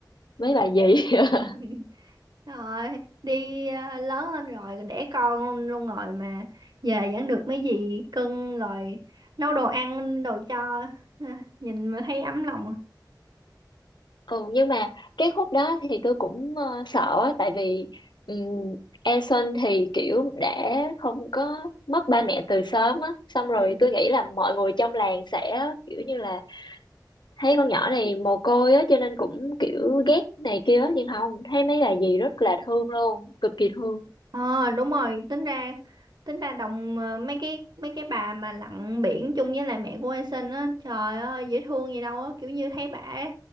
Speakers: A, on the left; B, on the right.
A: mấy bà gì <laughs>
B: <laughs> Rồi, đi à, lớn lên rồi đẻ con luôn, luôn rồi mà về vẫn được mấy gì cưng rồi nấu đồ ăn đồ cho à, nhìn mà thấy ấm lòng. à.
A: Ừ, nhưng mà cái khúc đó thì tôi cũng ờ, sợ á, tại vì um, Eason thì kiểu đã không có mất ba mẹ từ sớm á xong rồi
B: Ừ.
A: tôi nghĩ là mọi người trong làng sẽ kiểu như là thấy con nhỏ này mồ côi á cho nên cũng kiểu ghét này kia á nhưng không thấy mấy bà dì rất là thương luôn cực kỳ thương
B: Ờ đúng rồi, tính ra tính ra đồng ờ, mấy cái mấy cái bà mà lặn biển chung với lại mẹ của A Sinh á, trời ơi dễ thương gì đâu á, kiểu như thấy bà